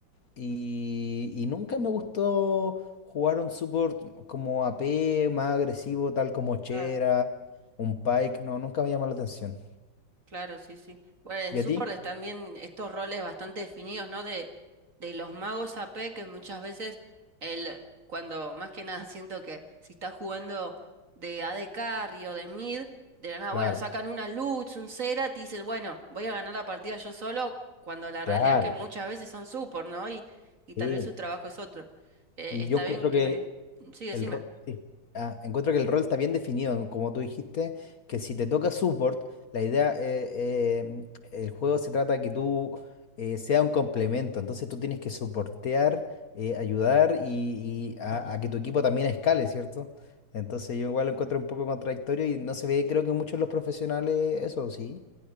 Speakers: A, on the left; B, on the right.
A: y, y nunca me gustó jugar un support como AP, más agresivo, tal como Chera,
B: claro.
A: un Pike, no, nunca me llamó la atención.
B: Claro, sí, sí. Bueno, en
A: ¿Y
B: Sword
A: a ti?
B: están bien estos roles bastante definidos, ¿no? De, de los magos a AP, que muchas veces el, cuando más que nada <laughs> siento que si estás jugando de AD Carry o de mid, de la nada,
A: Claro,
B: bueno, sacan una Lutz, un Serat y dices, bueno, voy a ganar la partida yo solo, cuando la
A: claro.
B: realidad es que muchas veces son support, ¿no? Y, y tal
A: Sí,
B: vez su trabajo es otro. Eh,
A: y
B: está
A: yo encuentro
B: bien que...
A: que
B: Sí, decime.
A: el rol, encuentro que el rol está bien definido, como tú dijiste, que si te toca support, la idea, eh, eh, el juego se trata de que tú eh, sea un complemento, entonces tú tienes que soportear, eh, ayudar y, y a, a que tu equipo también escale, ¿cierto? Entonces yo igual lo encuentro un poco contradictorio y no se ve, creo que muchos de los profesionales, eso sí.